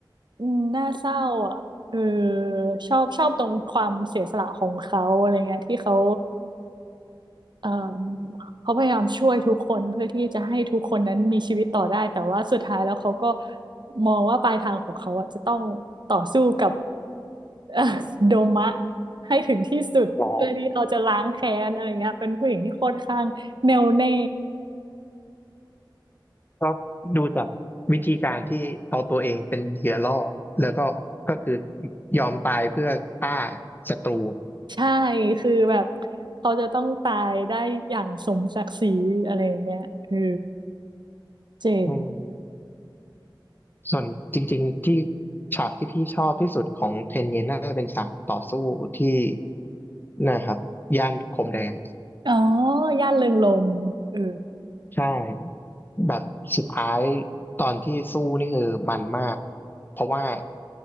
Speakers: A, on the right (about 65°); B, on the left (about 25°).
A: อืมน่าเศร้าอ่ะเออชอบชอบตรงความเสียสละของเขาอะไรเงี้ยที่เขาเออเขาพยายามช่วยทุกคนเพื่อที่จะให้ทุกคนนั้นมีชีวิตต่อได้แต่ว่าสุดท้ายแล้วเขาก็มองว่าปลายทางของเขาอ่ะจะต้องต่อสู้กับ <laughs> เอ่อโดมะให้ถึงที่สุดเพื่อที่เขาจะล้างแค้นอะไรเงี้ยเป็นผู้หญิงที่ค่อนข้างแน่วแน่
B: อ๋อก็ดูจากวิธีการที่เอาตัวเองเป็นเหยื่อล่อแล้วก็ก็คือยอมตายเพื่อฆ่าศัตรู
A: ใช่คือแบบเขาจะต้องตายได้อย่างสมศักดิ์ศรีอะไรอย่างเงี้ยเออเจ๋ง
B: อืมส่วนจริงๆที่ฉากที่พี่ชอบที่สุดของเทนเยน่าเป็นฉากต่อสู้ที่นะครับย่านโคมแดง
A: อ๋อย่านเริงรมย์เออ
B: ใช่แบบสุดท้ายตอนที่สู้นี่คือมันมากเพราะว่า